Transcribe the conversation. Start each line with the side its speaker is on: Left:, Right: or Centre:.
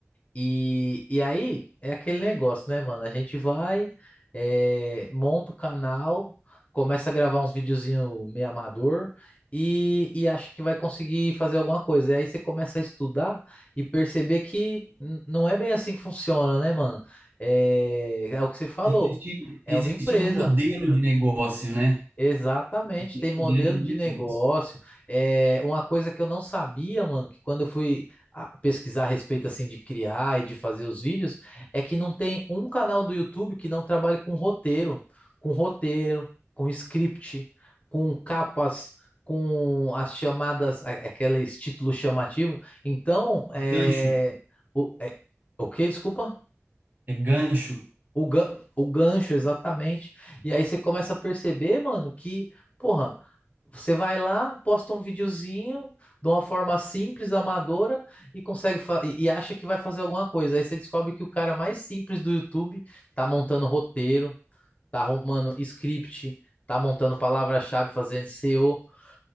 Left: E, e aí é aquele negócio, né, mano? A gente vai, eh, monta o canal, começa a gravar uns videozinhos meio amador e, e acha que vai conseguir fazer alguma coisa. E aí você começa a estudar e perceber que n- não é bem assim que funciona, né, mano? é é o que você falou,
Right: Existe,
Left: é
Right: existe
Left: uma empresa.
Right: modelo de negócio, né?
Left: Exatamente,
Right: Existe
Left: tem modelo
Right: modelo de negócio.
Left: de negócio. É uma coisa que eu não sabia, mano, que quando eu fui ah, pesquisar a respeito assim de criar e de fazer os vídeos, é que não tem um canal do YouTube que não trabalhe com roteiro, com roteiro, com script, com capas, com as chamadas, a- aqueles títulos chamativos. Então, é,
Right: Gancho.
Left: o, é, o quê? Desculpa?
Right: É gancho.
Left: O, gan- o gancho, exatamente. E aí você começa a perceber, mano, que, porra, você vai lá, posta um videozinho de uma forma simples, amadora, e consegue fa- e, e acha que vai fazer alguma coisa. Aí você descobre que o cara mais simples do YouTube tá montando roteiro, tá arrumando script, tá montando palavra-chave, fazendo SEO. E O.